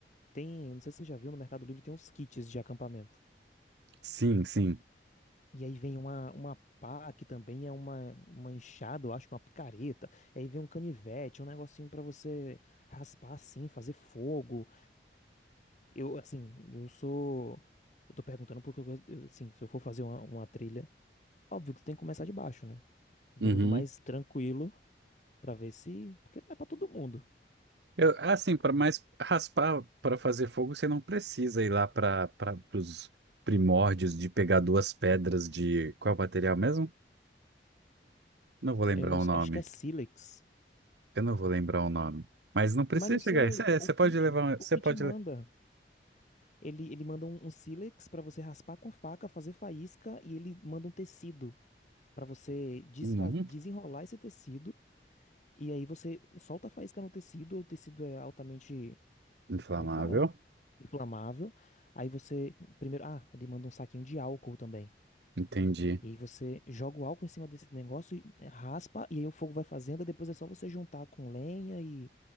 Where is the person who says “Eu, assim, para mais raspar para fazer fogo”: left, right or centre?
Right